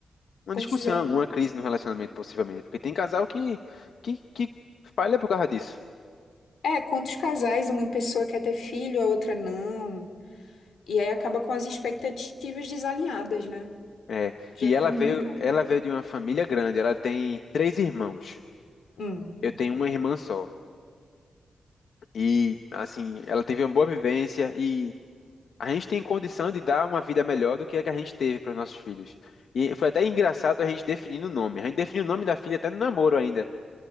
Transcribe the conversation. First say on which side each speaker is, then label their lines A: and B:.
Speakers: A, on the left; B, on the left.
A: uma
B: Pois
A: discussão,
B: é.
A: uma crise no relacionamento, possivelmente. Porque tem casal que, que, que falha por causa disso.
B: É, quantos casais uma pessoa quer ter filho, a outra não. E aí acaba com as expectativas desalinhadas, né?
A: É,
B: Já
A: e ela
B: vi muito.
A: veio, ela veio de uma família grande, ela tem três irmãos.
B: Hum.
A: Eu tenho uma irmã só. E, assim, ela teve uma boa vivência e a gente tem condição de dar uma vida melhor do que a que a gente teve para os nossos filhos. E foi até engraçado a gente definindo o nome. A gente definiu o nome da filha até no namoro ainda.